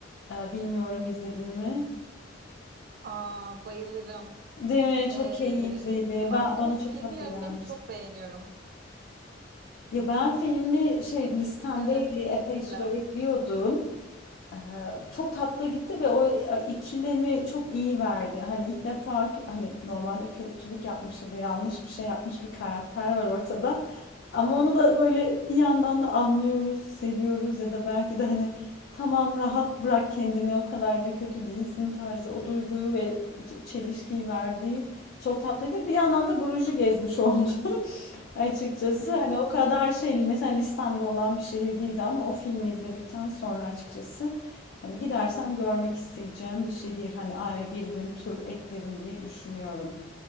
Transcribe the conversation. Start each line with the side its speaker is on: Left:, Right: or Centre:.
Left: Ee, bilmiyorum izledin mi?
Right: Aa, bayılırım.
Left: Değil mi? Çok
Right: Ee,
Left: keyifliydi.
Right: ben
Left: Ben,
Right: o
Left: bana
Right: filmi
Left: çok tatlı
Right: yönetmeni
Left: gelmişti.
Right: çok beğeniyorum.
Left: Ya ben filmi şey listemdeydi.
Right: Evet,
Left: Epey
Right: kesinlikle.
Left: süre bekliyordum. Eee, çok tatlı gitti ve o e, ikilemi çok iyi verdi. Hani ilk defa kö- hani normalde kötülük yapmış ya da yanlış bir şey yapmış bir karakter var ortada. Ama onu da böyle bir yandan da anlıyoruz, seviyoruz ya da belki de hani tamam rahat bırak kendini o kadar da kötü değilsin tarzı o duyguyu ve ç- çelişkiyi verdiği çok tatlıydı. Bir yandan da Bruges'i gezmiş <laughs> oldu. Açıkçası
Right: <laughs>
Left: hani o kadar şey mesela listemde olan bir şehir değildi ama o filmi izledikten sonra açıkçası hani gidersem görmek isteyeceğim bir şehir hani ayrı bir gün tur eklerim diye düşünüyorum.